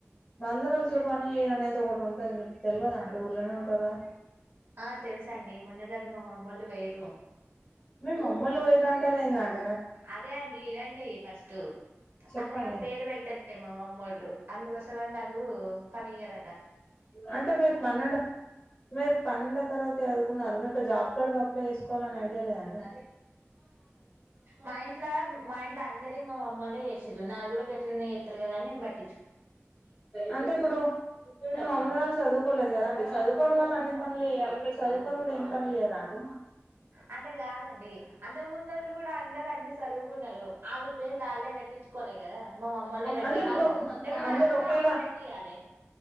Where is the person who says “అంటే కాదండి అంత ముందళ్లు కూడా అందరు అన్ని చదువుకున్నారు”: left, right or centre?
Right